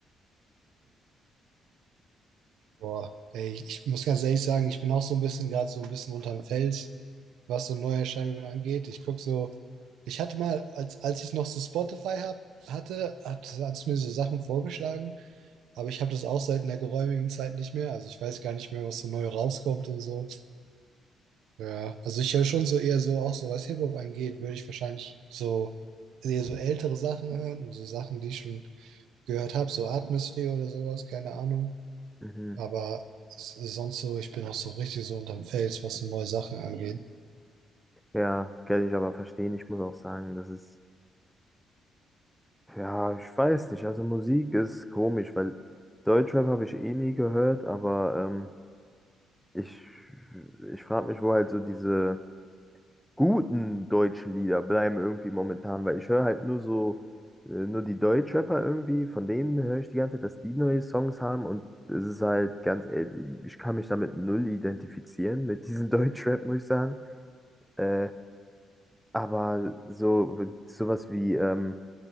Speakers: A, on the right; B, in the centre.
A: Boah, ey, ich, ich muss ganz ehrlich sagen, ich bin auch so ein bisschen gerade so ein bisschen unterm Fels, was so Neuerscheinungen angeht. Ich gucke so, ich hatte mal, als, als ich noch so Spotify hab, hatte, hat es mir so Sachen vorgeschlagen, aber ich habe das auch seit einer geräumigen Zeit nicht mehr. Also ich weiß gar nicht mehr, was so neu rauskommt und so. Ja, also ich höre schon so eher so, auch so was Hip-Hop angeht, würde ich wahrscheinlich so eher so ältere Sachen hören, so Sachen, die ich schon gehört habe, so Atmosphäre oder sowas, keine Ahnung.
B: Mhm.
A: Aber s- sonst so, ich bin auch so richtig so unterm Fels, was so neue Sachen angeht.
B: Ja, kann ich aber verstehen. Ich muss auch sagen, das ist, ja, ich weiß nicht. Also Musik ist komisch, weil Deutschrap habe ich eh nie gehört, aber ähm, Ich, ich frage mich, wo halt so diese guten deutschen Lieder bleiben irgendwie momentan, weil ich höre halt nur so, äh, nur die Deutschrapper irgendwie, von denen höre ich die ganze Zeit, dass die neue Songs haben und es ist halt ganz ehrlich, ich kann mich damit null identifizieren, mit diesem <laughs> Deutschrap, muss ich sagen. Äh, aber so, sowas wie, ähm,